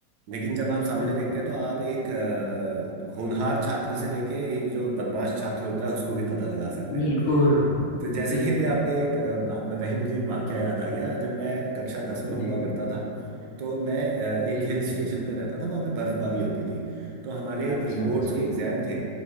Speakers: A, on the right; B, on the left.
A: लेकिन जब आप सामने
B: बिल्कुल
A: देखते हैं तो आप एक अ, होनहार छात्र से लेके एक जो बदमाश छात्र होता है उसको भी पता लगा सकते
B: बिल्कुल,
A: हैं तो जैसे
B: बिल्कुल,
A: कि अभी आपने
B: बिल्कुल।
A: एक अ, बात बताई मुझे एक वाक्य याद आ गया जब मैं कक्षा दस में
B: जी,
A: हुआ
B: जी,
A: करता था तो मैं अ,
B: जी,
A: एक हिल
B: जी।
A: स्टेशन पे रहता था वहाँ पे बर्फबारी होती थी तो हमारे
B: अच्छा,
A: प्री बोर्ड्स
B: अच्छा।
A: के एग्जाम थे